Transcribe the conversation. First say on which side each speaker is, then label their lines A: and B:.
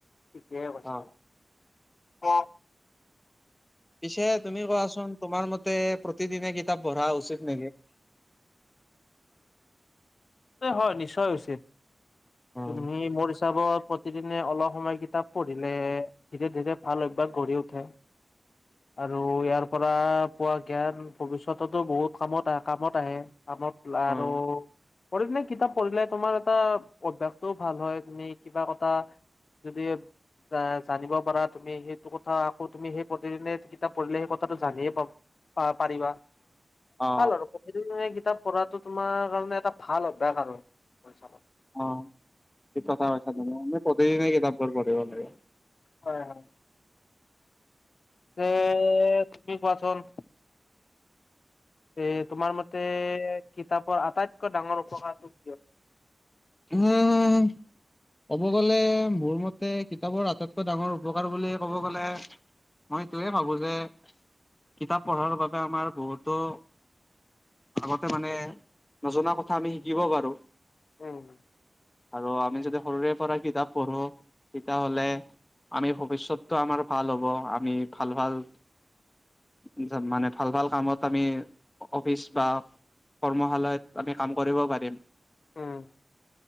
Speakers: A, on the left (about 70°); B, on the left (about 20°).
A: ঠিকে কৈছা
B: অ
A: অ'
B: পিছে তুমি কোৱাচোন তোমাৰ মতে প্ৰতিদিনে কিতাপ পঢ়া উচিত নেকি?
A: হয় নিশ্চয় হৈছে
B: উম,
A: তুমি মোৰ হিচাপত প্ৰতিদিনে অলপ সময় কিতাপ পঢ়িলে ধীৰে ধীৰে ভাল অভ্যাস গঢ়ি উঠে। আৰু ইয়াৰ পৰা পোৱা জ্ঞান ভৱিষ্যততো বহুত কামত আহে কামত আহে কামত। আৰু।
B: উম,
A: প্ৰতিদিনে কিতাপ পঢ়িলে তোমাৰ এটা অভ্যস তো ভাল হয় তুমি কিবা কি। যদি। জা জানিব পাৰা তুমি সেইটো কথা আকৌ তুমি সেই প্ৰতিদিনে কিতাপ পঢ়িলে সেই কথাটো জানিয়ে পাব। পা পাৰিবা
B: অ
A: ভাল আৰু প্ৰতিদিনে কিতাপ। কৰাটো তোমাৰ কাৰণে এটা ভাল অভ্যাস আৰু কৰি চাবা।
B: অ ঠিক কথা কৈছা তুমি প্ৰতিদিনে কিতাপবোৰ পঢ়িব লাগে।
A: হয় হয়। এ তুমি কোৱাচোন। এ তোমাৰ মতে কিতাপৰ আটাইতকৈ ডাঙৰ উপকাৰতো কিয়
B: উম <unintelligible> ক'ব গ'লে মোৰ মতে কিতাপৰ আটাইতকৈ ডাঙৰ উপকাৰ বুলি ক'ব গ'লে মই এইটোৱে ভাবো যে, কিতাপ পঢ়াৰ বাবে আমাৰ বহুতো আগতে মানে নজনা কথা আমি শিকিব পাৰোঁ।
A: উম
B: আৰু আমি যদি সৰুৰে পৰা কিতাপ পঢ়ো তেতিয়াহ'লে আমি ভৱিষ্যতটো আমাৰ ভাল হ'ব। আমি ভাল-ভাল <unintelligible> মানে ভাল-ভাল কামত আমি অফিচ বা কৰ্মশালাত আমি কাম কৰিব পাৰিম।
A: উম।